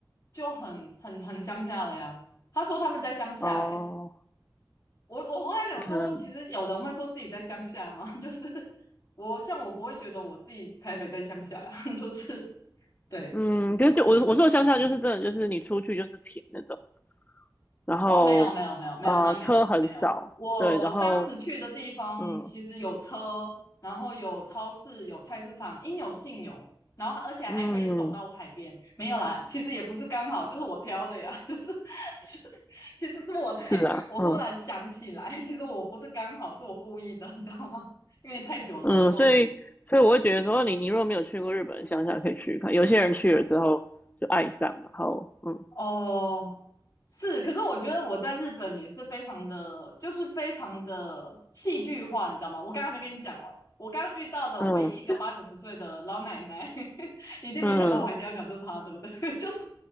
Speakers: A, on the left; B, on the left.
A: 就很很很乡下了呀。他说他们在乡下、
B: 哦，
A: 欸，我我我在想说，
B: 可能
A: 其实有人会说自己在乡下嘛，<laughs> 就是我像我不会觉得我自己台北在乡下呀，<laughs> 就是对
B: 嗯，可是就我我说的乡下就是真的就是你出去就是田那种，然后啊车很少，
A: 哦，没有没有没有没有，那没有没有，我当时去的地方其实有车，
B: 对，然后嗯
A: 然后有超市，有菜市场，应有尽有，然后而且还可以走到海边，
B: 嗯
A: 没有啦，其实也不是刚好，就是我挑的呀，<laughs> 就是就是其实是我在我突然想起来，
B: 是啊，嗯
A: 其实我不是刚好，是我故意的，你知道吗？因为太久了，
B: 嗯，
A: 我已经忘记。
B: 所以所以我会觉得说你你如果没有去过日本的乡下，可以去看，有些人去了之后就爱上，然后嗯
A: 哦，是，可是我觉得我在日本也是非常的，就是非常的戏剧化，你知道吗？我刚刚还没跟你讲完，我刚遇到的唯一一个八九十岁的老奶奶，
B: 嗯
A: <laughs> 你一定没想到我还一定要讲这趴，
B: 嗯
A: 对不对？<laughs> 就是